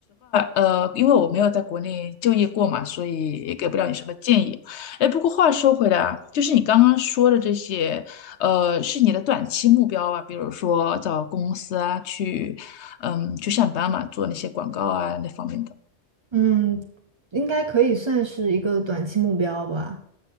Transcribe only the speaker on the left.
呃，因为我没有在国内就业过嘛，所以也给不了你什么建议。哎，不过话说回来啊，就是你刚刚说的这些，呃，是你的短期目标啊，比如说找公司啊，去，嗯，去上班嘛，做那些广告啊那方面的。